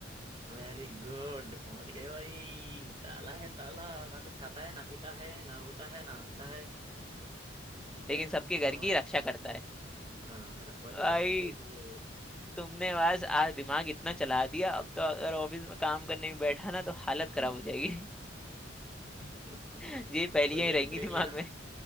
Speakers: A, on the right; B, in the centre.
A: वेरी गुड पहुंच गए भाई ताला है ताला ना कुछ खाता है ना पीता है ना रोता है ना हंसता है ठीक है
B: लेकिन सबके घर
A: और
B: की रक्षा करता है
A: हाँ रखवाली
B: भाई
A: करता है ये
B: तुमने बस आज दिमाग इतना चला दिया अब तो अगर ऑफिस में काम करने भी बैठा ना तो हालत
A: हम्म
B: खराब हो जाएगी
A: <laughs> कोई
B: <laughs> ये पहेलियां
A: नहीं
B: ही
A: एक
B: रहेंगी
A: ब्रेक
B: दिमाग
A: लेना
B: में